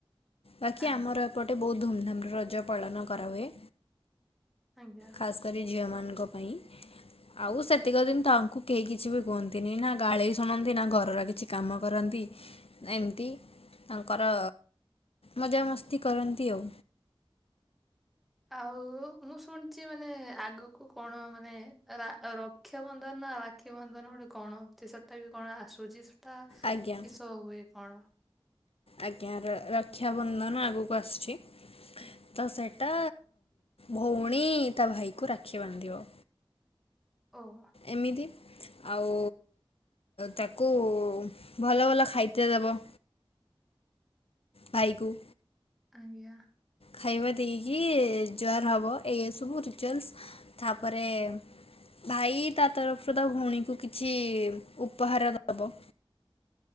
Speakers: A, on the left (about 80°); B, in the centre.
A: ବାକି
B: ଆଜ୍ଞା
A: ଆମର ଏପଟେ ବହୁତ ଧୁମଧାମରେ ରଜ ପାଳନ କରାହୁଏ
B: ଆଜ୍ଞା।
A: ଖାସ୍ କରି ଝିଅମାନଙ୍କ ପାଇଁ। ଆଉ ସେତିକ ଦିନ ତାଙ୍କୁ କେହି କିଛି ବି କୁହନ୍ତିନି, ନା ଗାଳି ଶୁଣନ୍ତି ନା ଘରର କିଛି କାମ କରନ୍ତି। ଏମ୍ତି ତାଙ୍କର ମଜାମସ୍ତି କରନ୍ତି ଆଉ।
B: ଆଉ ମୁଁ ଶୁଣିଛି ମାନେ ଆଗକୁ କଣ, ମାନେ ରା ର ରକ୍ଷା ବନ୍ଧନ, ରାକ୍ଷୀ ବନ୍ଧନ ଗୋଟେ କଣ ଅଛି, ସେଇଟା ବି କଣ ଆସୁଛି? ତ
A: ଆଜ୍ଞା
B: କିସ ହୁଏ କଣ?
A: ଆଜ୍ଞା। ରକ୍ଷାବନ୍ଧନ ଆଗକୁ ଆସୁଛି। ତ ସେଇଟା ଭଉଣୀ ତା ଭାଇକୁ ରାକ୍ଷୀ ବାନ୍ଧିବ।
B: ଓଃ।
A: ଏମିତି ଆଉ ତାକୁ ଭଲ ଭଲ ଖାଇତେ ଦବ ଭାଇକୁ।
B: ଆଜ୍ଞା।
A: ଖାଇବା ଦେଇକି ଜୁହାର ହେବ, ଏସବୁ ରିଚୁଆଲ୍ସ୍ ତା ପରେ ଭାଇ ତା ତରଫରୁ ତା ଭଉଣୀକୁ କିଛି ଉପହାର ଦବ।